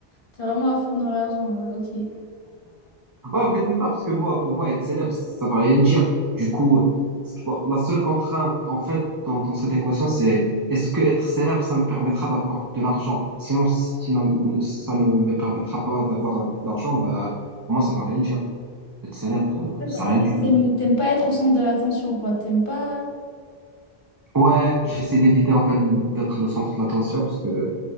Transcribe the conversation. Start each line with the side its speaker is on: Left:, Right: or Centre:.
Left: T'es vraiment à fond dans l'argent, ouais, ok.
Right: Ouais, en fait, c'est ça, parce que moi, pour moi, être célèbre, ça veut rien dire. Du coup, c'est- la seule contrainte, en fait, dans, dans cette équation, c'est est-ce que être célèbre, ça me permettra d'avoir de l'argent? Sinon, sinon ça ne me permettra pas d'avoir de l'argent, bah, pour moi, ça veut rien dire. Être célèbre, euh,
Left: D'accord.
Right: c'est rien du tout.
Left: T'aimes t'aimes pas être au centre de l'attention, quoi. T'aimes pas...
Right: Ouais, j'essaie d'éviter, en fait, d'être le centre de l'attention, parce que,